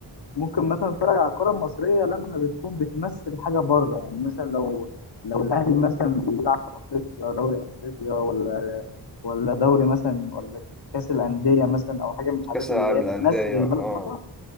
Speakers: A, on the left; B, in the centre.
A: ممكن مثلا اتفرج على الكره المصريه لما بتكون بتمثل حاجه بره يعني مثلا لو لو الاهلي مثلا بيلعب في افريقيا دوري افريقيا ولا ولا دوري مثلا ولا كاس الانديه مثلا او حاجه من الحاجات
B: كأس العالم
A: اللي هي
B: للأندية
A: بتمثل البلد
B: اه
A: بره